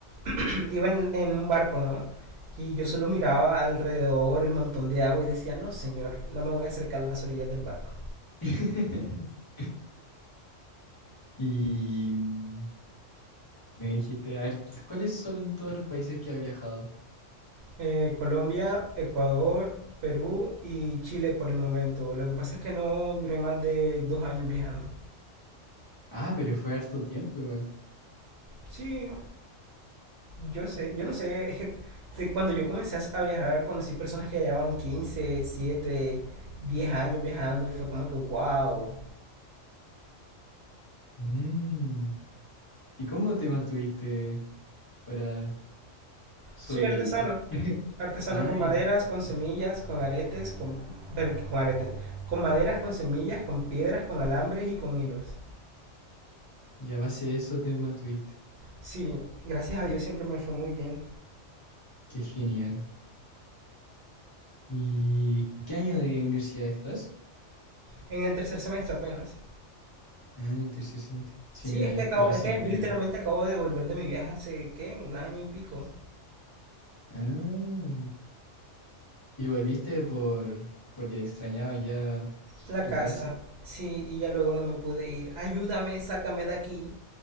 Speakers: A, on the right (about 60°); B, on the left (about 20°).
A: <clears throat> iba en, en un barco, ¿no? Y yo solo miraba alrededor el montón de agua y decía, no señor, no me voy a acercar a las orillas del barco.
B: <laughs> Y mm, me dijiste, a ver, ¿cuáles son en todos los países que ha viajado?
A: Eh, Colombia, Ecuador, Perú y Chile por el momento. Lo que pasa es que no duré más de dos años viajando.
B: Ah, pero fue harto tiempo igual.
A: Sí, Yo sé, yo no sé, es que de cuando yo comencé a viajar conocí personas que ya llevaban quince siete diez años viajando y fue como que, wow,
B: Mm. ¿Y cómo te mantuviste? para sobrevivir.
A: soy artesano. Artesano
B: Ay,
A: con maderas,
B: artesano.
A: con semillas, con aretes, con, per- con aretes, con maderas, con semillas, con piedras, con alambres y con hilos.
B: Y a base de eso te mantuviste.
A: Sí, gracias a Dios siempre me fue muy bien.
B: Qué genial. ¿Y en qué año de universidad estás?
A: En el tercer semestre apenas.
B: Ah, en tercer semestre. Sí,
A: Sí,
B: mira,
A: es
B: ya
A: que,
B: estoy
A: acabo,
B: recién
A: es que
B: en el
A: yo
B: primero.
A: literalmente acabo de volver de mi viaje hace, ¿qué? Un año y pico.
B: Ah, y volviste por porque extrañabas ya
A: La
B: tu
A: casa,
B: casa.
A: sí, y ya luego no me pude ir. Ayúdame, sácame de aquí.